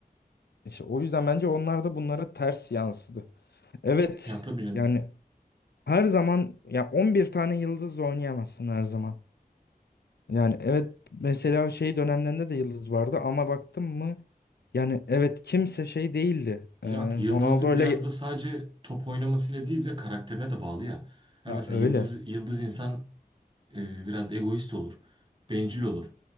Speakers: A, on the left; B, on the right.
A: işte o yüzden bence onlar da bunlara ters yansıdı. Evet.
B: Ya tabii canım.
A: Yani her zaman ya 11 tane yıldızla oynayamazsın her zaman. Yani evet mesela şey dönemlerinde de Yıldız vardı ama baktım mı yani evet kimse şey değildi.
B: Ya
A: Ee,
B: yıldızlık
A: Ronaldo öyle
B: biraz da sadece top oynamasıyla değil bir de karakterine de bağlı ya. Ha
A: ya
B: mesela
A: öyle
B: yıldız yıldız insan e, biraz egoist olur. Bencil olur.